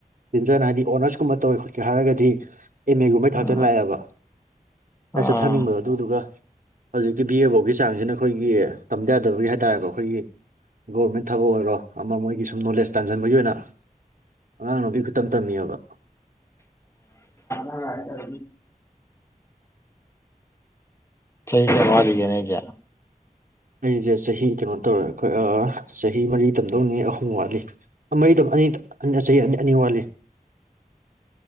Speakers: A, on the right; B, on the left.
A: ꯇꯤꯟꯖꯅ ꯍꯥꯏꯗꯤ ꯑꯣꯅꯔꯁꯀꯨꯝꯕ ꯇꯧꯋꯦ ꯈꯣꯠꯀꯦ ꯍꯥꯏꯔꯒꯗꯤ ꯑꯦꯝ ꯑꯦꯒꯨꯝꯕꯩ ꯊꯥꯛꯇꯅ
B: ꯑꯥ
A: ꯂꯥꯛꯑꯦꯕ ꯍꯥꯛ
B: ꯑꯥ
A: ꯆꯠꯊꯅꯤꯡꯕꯗꯣ
B: ꯑꯥ
A: ꯑꯗꯨꯗꯨꯒ ꯍꯧꯖꯤꯛꯀꯤ ꯚ ꯑꯦꯐꯧꯒꯤ ꯆꯥꯡꯁꯤꯅ ꯑꯩꯈꯣꯏꯒꯤ ꯇꯝꯗ ꯌꯥꯗꯕꯒꯤ ꯍꯥꯏ ꯇꯥꯔꯦꯀꯣ ꯑꯩꯈꯣꯏꯒꯤ ꯒꯣꯔꯃꯦꯟ ꯊꯕꯛ ꯑꯣꯏꯔꯣ ꯑꯃ ꯃꯣꯏꯒꯤ ꯁꯨꯝ ꯅꯣꯂꯦꯖ ꯇꯥꯡꯁꯤꯟꯕꯒꯤ ꯑꯣꯏꯅ ꯑꯉꯥꯡ ꯅꯨꯕꯤ ꯈꯨꯛꯇꯪ ꯇꯝꯃꯤꯌꯕ
B: ꯑꯗꯤ ꯆꯍꯤ ꯀꯋꯥ ꯂꯤ ꯅꯖ
A: ꯑꯩꯁꯦ ꯆꯍꯤ ꯀꯩꯅꯣ ꯇꯧꯔꯦ ꯑꯩꯈꯣꯏ ꯆꯍꯤ ꯃꯔꯤ ꯇꯝꯗꯧꯅꯤ ꯑꯍꯨꯝ ꯋꯥꯠꯂꯤ ꯃꯔꯤ ꯑꯅꯤ ꯆꯍꯤ ꯑꯅꯤ ꯑꯅꯤ ꯋꯥꯠꯂꯤ